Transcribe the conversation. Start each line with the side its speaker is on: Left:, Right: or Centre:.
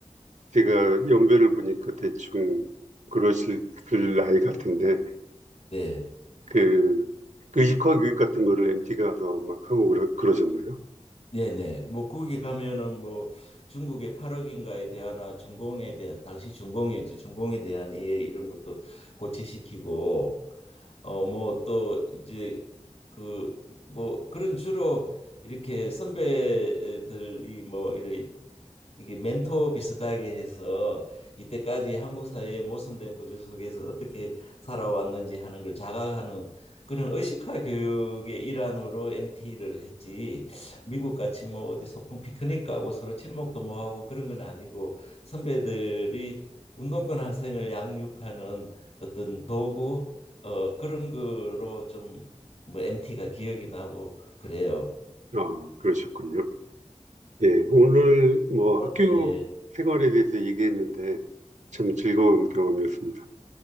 Right: 제가 연배를 보니까 대충 그러실 그 나이 같은데
Left: 네.
Right: 그 의식화 교육 같은 거를 엠 t 가서 막 하고 그러, 그러셨나요?
Left: 네네. 뭐 거기 가면은 뭐 중국의 8억인가에 대한 중공에 대한 당시 중공이었죠. 중공에 대한 이해 이런 것도 고치시키고 어 뭐 또 이제 그 뭐 그런 주로 이렇게 선배들이 뭐 이래 이게 멘토 비슷하게 해서 이때까지 한국 사회의 모순된 구조 속에서 어떻게 살아왔는지 하는 걸 자각하는 그런 의식화 교육의 일환으로 MT를 했지. 미국 같이 뭐 어디 소풍 피크닉 가고 서로 친목도 뭐 하고 그런 건 아니고 선배들이 운동권 학생을 양육하는 어떤 도구 어 그런 거로 좀 뭐 MT가 기억이 나고 그래요.
Right: 아, 그러셨군요. 예, 오늘 뭐
Left: 어,
Right: 학교
Left: 예.
Right: 생활에 대해서 얘기했는데 참 즐거운 경험이었습니다.